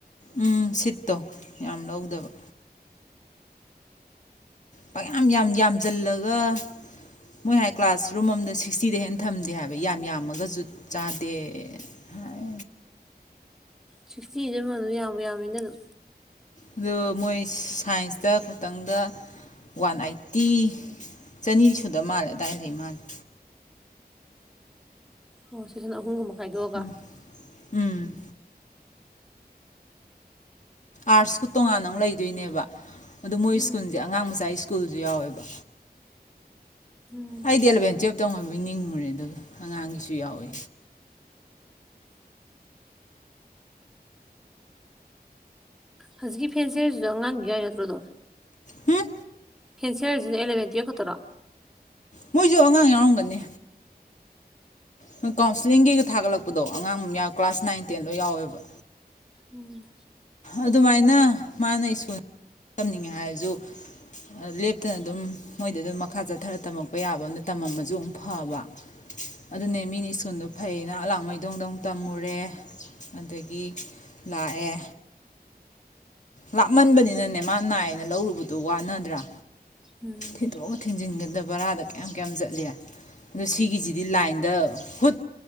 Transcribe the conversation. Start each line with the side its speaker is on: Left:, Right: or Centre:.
Left: ꯎꯝ ꯁꯤꯠꯇꯣ ꯌꯥꯝ ꯂꯧꯗꯕ ꯄꯌꯥꯝ ꯌꯥꯝ ꯌꯥꯝꯁꯤꯜꯂꯒ ꯃꯣꯏ ꯍꯥꯏ ꯀ꯭ꯂꯥꯁꯔꯨꯝ ꯑꯃꯝꯗ ꯁꯤꯛꯁꯇꯤꯗꯩꯩ ꯍꯦꯟꯅ ꯊꯝꯗꯦ ꯍꯥꯏꯕ ꯌꯥꯝ ꯌꯥꯝꯃꯒꯁꯨ ꯖꯨꯠ ꯆꯥꯗꯦ ꯍꯥꯏ
Centre: ꯁꯤꯛꯁꯇꯤꯗꯤ ꯑꯗꯨꯝ ꯌꯥꯝꯕꯨ ꯌꯥꯝꯃꯤꯅ ꯑꯗꯨꯝ
Left: ꯑꯗꯣ ꯃꯣꯏ ꯁꯥꯏꯟꯁꯇ ꯈꯇꯪꯗ ꯋꯥꯟ ꯑꯥꯏꯠꯇꯤ ꯆꯅꯤ ꯁꯨꯗ ꯃꯥꯜꯂꯦ ꯑꯗꯥꯏꯅ ꯂꯩ ꯃꯥꯜꯂꯦ
Centre: ꯑꯣ ꯁꯦꯛꯁꯟ ꯑꯍꯨꯝꯒꯨꯝꯕ ꯈꯥꯏꯗꯣꯛꯑꯒ
Left: ꯎꯝ ꯎꯝ ꯑꯔꯠꯁꯨ ꯇꯣꯉꯥꯟꯅ ꯑꯃ ꯂꯩꯗꯣꯏꯅꯦꯕ ꯑꯗ ꯃꯣꯏ
Centre: ꯎꯝ
Left: ꯁ꯭ꯀꯨꯜꯁꯦ ꯑꯉꯥꯡ ꯃꯆꯥ ꯁ꯭ꯀꯨꯜ ꯁ꯭ꯀꯨꯜꯁꯨ ꯌꯥꯎꯋꯦꯕ
Centre: ꯎꯝ
Left: ꯑꯩꯗꯤ ꯑꯦꯂꯚꯦꯟ ꯇꯨꯌꯦꯜꯞꯇꯪ ꯑꫭꯏꯔꯕꫭꯏ ꯅꯤꯡꯉꯨꯔꯦ ꯑꯗꯨꯒ ꯑꯉꯥꯡꯒꯤꯁꯨ ꯌꯥꯎꯋꯦ
Centre: ꯍꯧꯖꯤꯛꯀꯤ ꯐꯦꯟꯁꯦ ꯍꯥꯏꯁꯤꯗ ꯑꯉꯥꯡꯒꯤ ꯌꯥꯏ ꯅꯠꯇ꯭ꯔꯣꯗꯣ
Left: ꯍꯨꯝ
Centre: ꯐꯦꯟꯁꯤ ꯍꯥꯏꯔꯤꯖꯤꯅ ꯑꯦꯂꯕꯦꯟ ꯇꯨꯋꯦꯜꯐ ꯈꯛꯇꯔꯣ
Left: ꯃꯣꯏꯁꯨ ꯑꯉꯥꯡ ꯌꯥꯎꯔꯝꯒꯅꯤ ꯅꯣꯏ ꯀꯥꯎꯟꯁꯤꯂꯤꯡꯒꯤꯒ ꯊꯥꯒꯠꯂꯛꯄꯗꯣ ꯑꯉꯥꯡ ꯌꯥ ꯀ꯭ꯂꯥꯁ ꯅꯥꯏꯟ ꯇꯦꯟ ꯂꫭꯏ ꯌꯥꯎꯋꯦꯕ
Centre: ꯎꯝ
Left: ꯑꯗꯨꯃꯥꯏꯅ ꯃꯥꯅ ꯁ꯭ꯀꯨꯜ ꯇꯝꯅꯤꯡꯉꯦ ꯍꯥꯏꯔꯁꯨ ꯂꯦꯞꯇꯅ ꯑꯗꯨꯝ ꯃꯣꯏꯗ ꯑꯗꯨꯝ ꯃꯈꯥ ꯆꯠꯊꯔ ꯇꯝꯃꯛꯄ ꯌꯥꯕ ꯑꯗꯨꯅ ꯇꯝꯃꯝꯃꯁꯨ ꯑꯗꯨꯝ ꯐꯕ ꯑꯗꯨꯅꯦ ꯃꯤꯅ ꯁ꯭ꯀꯨꯜꯗꯣ ꯐꯩꯅꯦ ꯑꯩꯅ ꯑꯂꯥꯡꯃꯩꯗꯣꯡꯗ ꯑꯃꯨꯛ ꯇꯝꯃꯨꯔꯦ ꯑꯗꯒꯤ ꯂꯥꯛꯑꯦ ꯂꯥꯞꯃꯟꯕꯅꯤꯅꯅꯦ ꯃꯥ ꯅꯥꯏꯅ ꯂꯧꯔꯨꯕꯗꯣ ꯋꯥꯅꯗ꯭ꯔꯥ
Centre: ꯎꯝ
Left: ꯊꯤꯗꯣꯛ ꯊꯤꯟꯖꯤꯅꯒꯗ ꯕꯔꯥꯗ ꯀꯌꯥꯝ ꯀꯌꯥꯝ ꯆꯠꯂꯦ ꯑꯗꯣ ꯁꯤꯒꯤꯁꯤꯗꯤ ꯂꯥꯏꯟꯗ ꯍꯨꯠ